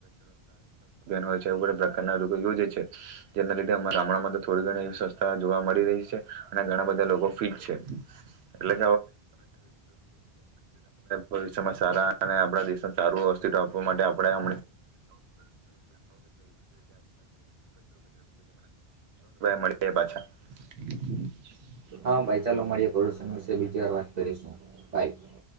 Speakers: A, on the right (about 80°); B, on the right (about 50°).
A: હોય એ બા પ્રકારના યોજે છે જેના લીધે અરા <unintelligible> ગામડામાં તો થોડી ઘણી એવી સ્વસ્તા જોવા મળી રહી છે અને ઘણા બધા લોકો ફિટ છે એટલે ભવિષમાં સારા આપ દેશ સારું અવસ્થિત્વ આપવા માટેછ <unintelligible> <inaudible>
B: હા, ભાઈ ચાલો મળીએ પ્રડુષણ વિશે બીજી, વાર વાત કરીશુ, બાય.